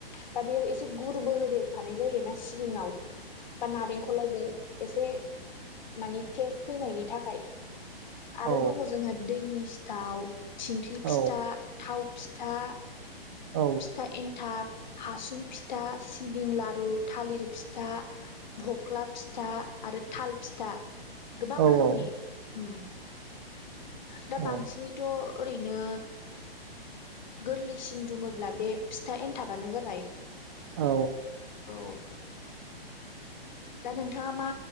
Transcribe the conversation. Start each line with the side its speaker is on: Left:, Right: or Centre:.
Left: दा बेयाव एसे गुरबो होदेरफानाय जायोना सिबिङाव बा नारेंखलावबो। एसे मानि टेस्ट फैनायनि थाखाय। आरो
Right: औ
Left: दङ जोंहा दैनि सिथाव थिंख्लि फिथा
Right: औ
Left: थाव फिथा
Right: औ
Left: फिथा एन्थाब हासुं फिथा, सिबिं लारु, थालिर फिथा, बख्ला फिथा आरो थाल फिथा। गोबां
Right: औ
Left: रोखोमनि
Right: औ
Left: उम्म दा बांसिनैथ
Right: औ
Left: ओरैनो गोरलैसिन बुङोब्ला बे फिथा एनथाबानो जाबाय।
Right: औ।
Left: औ दा नोंथाङा मा